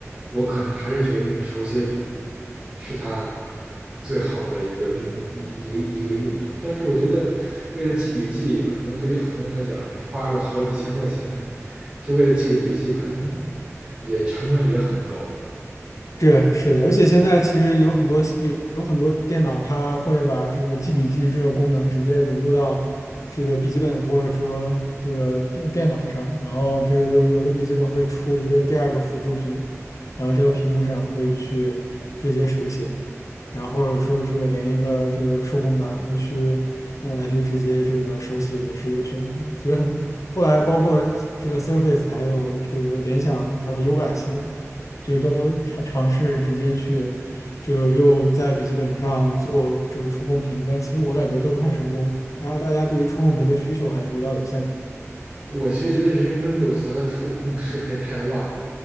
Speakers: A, on the right (about 20°); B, on the left (about 80°).
A: 我可能还是觉得那个手写笔。是它最好的一个用一一个一个用途。但是我觉得，为了记笔记，可能对于很多人来讲，你花个好几千块钱，就为了记个笔记，可能也成本也很高。
B: 是是的，而且现在其实有很多有有很多电脑，它会把这个记笔记这个功能直接融入到这个笔记本或者说这个电电脑上，然后这个有有的笔记本会出一个第二个辅助屏，然后这个屏幕上可以去直接手写，然后或者说这个连一个这个数控板来去呃来去直接这个手写也是一个选择。其实很后来包括这个 Surface 还有这个联想它的 Yoga 系列。就都尝尝试直接去这个用在笔记本上做这个触控屏，但其实我感觉都不太成功啊。然后大家对于触控屏的需求还是比较有限的。
A: 我其实觉得是因为 Windows 它的触控适配太烂了，